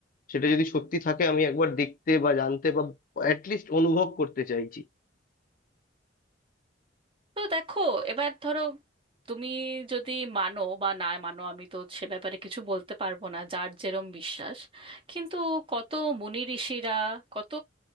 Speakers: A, on the left (about 45°); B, on the right (about 30°).
A: সেটা যদি সত্যি থাকে আমি একবার দেখতে বা জানতে বা অ্যাটলিস্ট অনুভব করতে চাইছি
B: তো দেখো এবার ধরো তুমি যদি মানো বা না মানো আমি তো সে ব্যাপারে কিছু বলতে পারবো না যার যেরম বিশ্বাস কিন্তু কত মুনি ঋষিরা কত